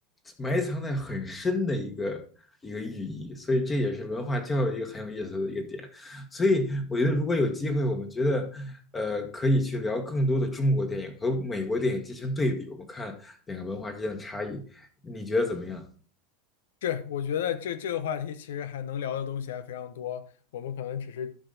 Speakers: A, on the left; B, on the left.
A: 埋藏在很深的一个一个寓意，所以这也是文化交流一个很有意思的一个点。所以我觉得如果有机会，我们觉得呃可以去聊更多的中国电影和美国电影进行对比，我们看两个文化之间的差异，你觉得怎么样？
B: 是，我觉得这这个话题其实还能聊的东西还非常多，我们可能只是